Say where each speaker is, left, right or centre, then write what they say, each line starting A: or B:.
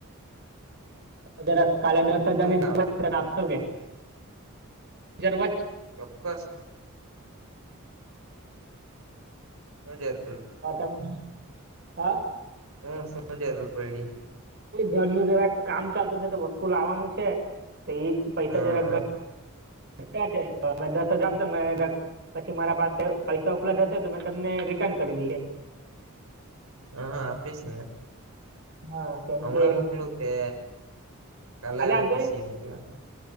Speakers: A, on the right; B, on the right.
A: જારે કાલે દસ હજાર
B: શું
A: ની
B: કામ
A: જ આપશો કે જ <unintelligible>
B: ચોક્કસ હ જર <unintelligible>
A: હ તમે હા
B: હમ શું જરૂર પયડી
A: ઘરનું જરા કામ ચાલતું છે તો વસ્તુ લાવવાનું છે તો એજ પૈસા
B: હા
A: જરા ઘ ટા છે તોમે દસ હજાર તો મે પછી મારા પાસે પૈસા ઉપલબ્ધ હશે તો મેં તમને રિટર્ન કરી દઈ
B: હ હા આપીશ ને.
A: હા કેમ
B: હમણાં
A: કે
B: મોકલું કે કાલે
A: આપજો
B: પછી
A: ને
B: મોકલા.